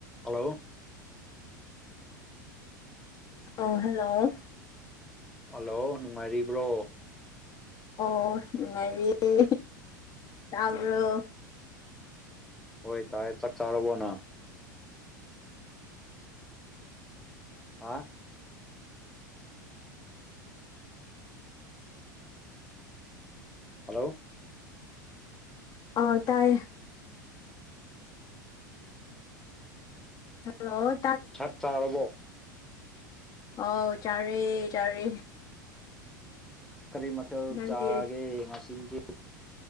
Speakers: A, in the centre; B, on the left.
A: Hello
B: ꯑ hello
A: hello ꯅꯨꯡꯉꯥꯏꯔꯤꯕ꯭ꯔꯣ
B: ꯑꯣ ꯅꯨꯡꯉꯥꯏꯔꯤꯌꯦ ꯇꯥꯕꯔꯣ
A: ꯍꯣꯏ ꯇꯥꯏꯌꯦ ꯆꯥꯛ ꯆꯥꯔꯕꯣ ꯅꯪ ꯍꯥ ꯍꯜꯂꯣ
B: ꯑꯧ ꯇꯥꯏꯌꯦ ꯍꯦꯜꯂꯣ
A: ꯆꯥꯛ ꯆꯥꯔꯕꯣ
B: ꯑꯣꯥꯎ ꯆꯔꯦ ꯆꯥꯔꯦ
A: ꯀꯔꯤ ꯃꯊꯦꯜ
B: ꯅꯪꯗꯤ
A: ꯆꯥꯒꯦ ꯉꯁꯤꯗꯤ